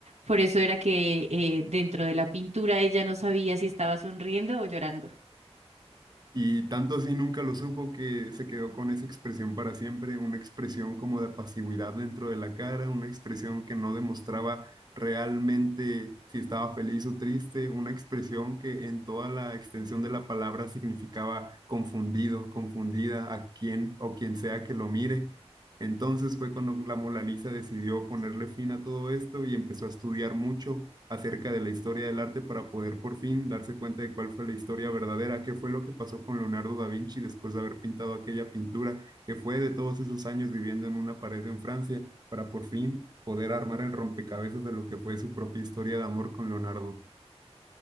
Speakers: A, on the right (about 85°); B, on the right (about 40°).
A: Por eso era que eh, dentro de la pintura ella no sabía si estaba sonriendo o llorando.
B: Y tanto así nunca lo supo que se quedó con esa expresión para siempre, una expresión como de pasividad dentro de la cara, una expresión que no demostraba realmente si estaba feliz o triste, una expresión que en toda la extensión de la palabra significaba confundido, confundida a quien o quien sea que lo mire. Entonces fue cuando la Mona Lisa decidió ponerle fin a todo esto y empezó a estudiar mucho acerca de la historia del arte para poder por fin darse cuenta de cuál fue la historia verdadera, qué fue lo que pasó con Leonardo da Vinci después de haber pintado aquella pintura que fue de todos esos años viviendo en una pared en Francia, para por fin poder armar el rompecabezas de lo que fue su propia historia de amor con Leonardo.